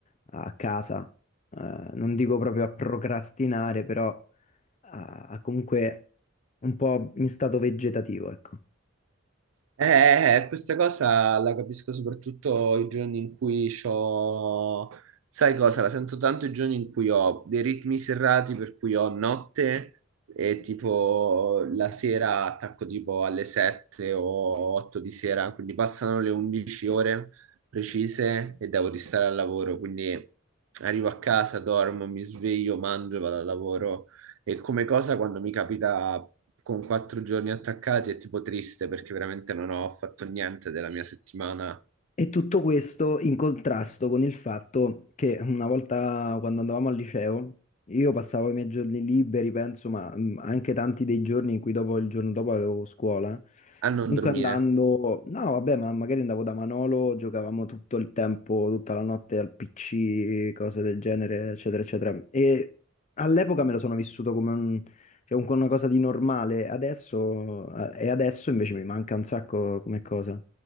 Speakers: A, on the left (about 35°); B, on the right (about 90°).
A: a casa. Eh, non dico proprio a procrastinare, però a- a comunque un po' in stato vegetativo, ecco.
B: Eh, eh, eh, questa cosa la capisco soprattutto i giorni in cui ho, sai cosa, la sento tanto i giorni in cui ho dei ritmi serrati per cui ho notte e tipo la sera attacco tipo alle 7 o 8 di sera, quindi passano le 11 ore precise e devo restare al lavoro, quindi arrivo a casa, dormo, mi sveglio, mangio, vado al lavoro e come cosa quando mi capita con quattro giorni attaccati è tipo triste perché veramente non ho fatto niente della mia settimana
A: E tutto questo in contrasto con il fatto che una volta quando andavamo al liceo, io passavo i miei giorni liberi, penso, ma mh, anche tanti dei giorni in cui dopo il giorno dopo avevo scuola.
B: a non
A: Comunque
B: dormire.
A: andando, no, vabbè, ma magari andavo da Manolo, giocavamo tutto il tempo, tutta la notte al PC, cose del genere, eccetera, eccetera. E all'epoca me lo sono vissuto come un- cioè, un- una cosa di normale, adesso, eh, e adesso invece mi manca un sacco come cosa.